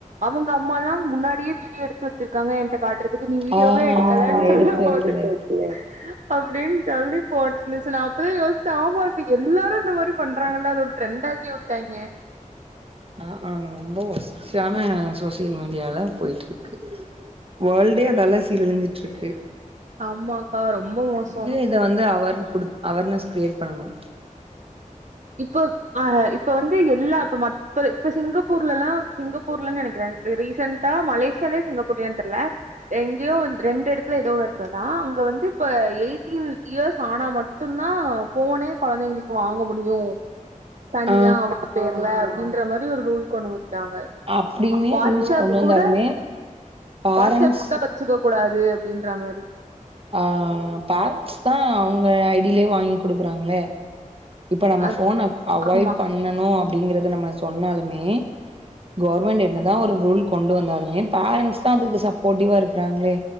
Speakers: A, on the right; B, on the right.
A: அவங்க அம்மாலா முன்னாடியே வீடியோ எடுத்து வெச்ச வச்சிருக்காங்க என்ட காட்டுறதுக்கு நீ வீடியோவே
B: ஆ
A: எடுக்கலனு சொல்ல
B: எடுத்து
A: போது
B: வைக்கல
A: ஆ அப்பிடின்னு சொல்லி போட்டிருந்துச்சு நா அப்பதா யோசிச்சே ஆமா இப்ப எல்லாரு இந்த மாரி பண்றாங்கள அது ஒரு ட்ரெண்ட் ஆக்கி உட்டாங்க
B: ஆ ஆ ரொம்ப வொர்ஸ்ட்யான சோசியல் மீடியால போயிட்டு இருக்கு வேர்ல்டே அதால்ல சீரழிஞ்சிட்டு இருக்கு
A: ஆமாக்கா ரொம்போ மோசோ
B: இத வந்து அவர் கொடுத்து அவர்னஸ் கிரியேட் பண்ணனு
A: இப்ப ஆ இப்ப வந்து எல்லா இப்ப மத்த இப்ப இப்ப சிங்கப்பூர்லல்லா சிங்கப்பூர்லன்னு நெனைக்கிறே ரீசெண்டா மலேசியாலயா சிங்கப்பூர்லயானு தெர்ல எங்யோ வந்து ரெண்டு இடத்துல ஏதோ எடத்துல தா அங்க வந்து இப்ப எயிட்டீன் இயர்ஸ் ஆனா மட் மட்டுந்தா போனே கொழந்தைங்களுக்கு வாங்க முடியு தனியா
B: ஆ
A: அவங்க பேர்ல அப்படின்ற மாரி ஒரு ரூல் கொண்டு வந்துட்டாங்க
B: அப்டியுமே
A: வாட்ஸ்அப்
B: ரூல்ஸ் கொண்டு வந்தாலுமே
A: கூட
B: பேரண்ட்ஸ்
A: வாட்ஸ்அப் கூட சுக்க கூடாது அப்டின்ற மாரி
B: ஆ பேரண்ட்ஸ் தா அவங்க ஐடியிலயே வாங்கி குடுக்குறாங்களே இப்ப நம்ம
A: அத்
B: ஃபோன அவாய்ட்
A: ஆமா
B: பண்ணணு அப்டிங்கறத நம்ம சொன்னாலுமே கவர்மெண்ட் என்னதா ஒரு ரூல் கொண்டு வந்தாலுமே பேரண்ட்ஸ் தா அதுக்கு சப்போர்ட்டிவா இருக்குறாங்களே